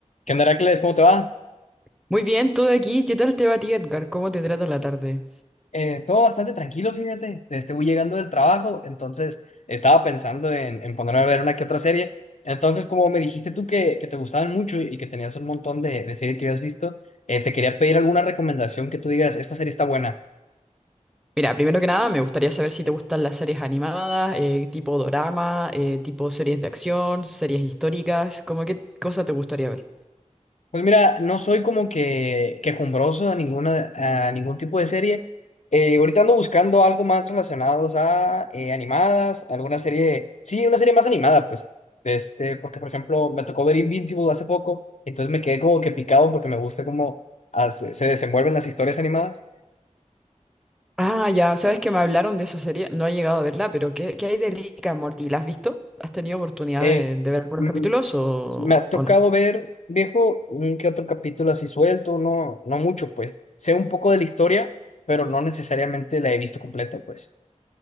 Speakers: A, on the left; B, in the centre.
A: ¿Qué onda, Heracles? ¿Cómo te va?
B: Muy bien, todo aquí. ¿Qué tal te va a ti, Edgar? ¿Cómo te trata la tarde?
A: Eh, todo bastante tranquilo, fíjate. Este, voy llegando del trabajo, entonces estaba pensando en, en ponerme a ver una que otra serie. Entonces, como me dijiste tú que, que te gustaban mucho y que tenías un montón de, de series que habías visto, eh, te quería pedir alguna recomendación que tú digas, esta serie está buena.
B: Mira, primero que nada, me gustaría saber si te gustan las series animadas, eh, tipo dorama, eh, tipo series de acción, series históricas, ¿Cómo qué cosa te gustaría ver.
A: Pues mira, no soy como que quejumbroso a ninguna a ningún tipo de serie. Eh, ahorita ando buscando algo más relacionados a eh, animadas, alguna serie, sí, una serie más animada, pues. Este, porque por ejemplo, me tocó ver Invincible hace poco, entonces me quedé como que picado porque me gusta cómo hace- se desenvuelven las historias animadas.
B: Ah, ya, sabes que me hablaron de esa serie, no he llegado a verla, pero ¿qué, qué hay de Rick and Morty? ¿La has visto? ¿Has tenido oportunidad
A: Eh,
B: de, de ver algunos
A: mm,
B: capítulos o,
A: me ha tocado
B: o no?
A: ver, viejo, un que otro capítulo así suelto, no, no mucho, pues. Sé un poco de la historia, pero no necesariamente la he visto completa, pues.